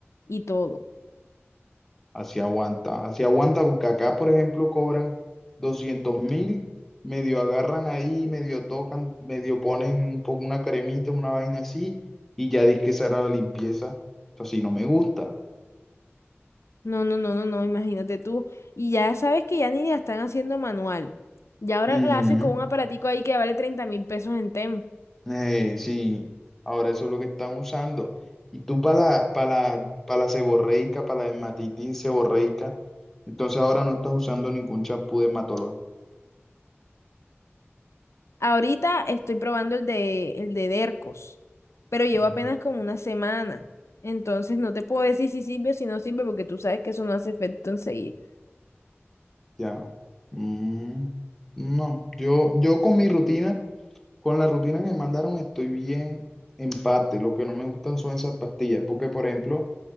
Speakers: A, on the left; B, in the centre.
A: y todo.
B: Así aguanta, así aguanta, porque acá, por ejemplo, cobran doscientos mil, medio agarran ahí, medio tocan, medio ponen un poco una cremita, una vaina así, y ya dice que esa era la limpieza. Entonces, así no me gusta.
A: No, no, no, no, no, imagínate tú. Y ya sabes que ya ni la están haciendo manual. Ya ahora
B: Ujú.
A: la hacen con un aparatico ahí que vale treinta mil pesos en Temu.
B: Eh, sí, ahora eso es lo que están usando. Y tú para la, para la, para la seborreica, para la dermatitis seborreica, entonces ahora no estás usando ningún champú dermatológico.
A: Ahorita estoy probando el de, el de Dercos, pero llevo
B: Ujú.
A: apenas como una semana. Entonces no te puedo decir si sirve o si no sirve porque tú sabes que eso no hace efecto enseguida.
B: Ya. Mm, no, yo, yo con mi rutina, con la rutina que me mandaron, estoy bien en parte. Lo que no me gustan son esas pastillas, porque por ejemplo,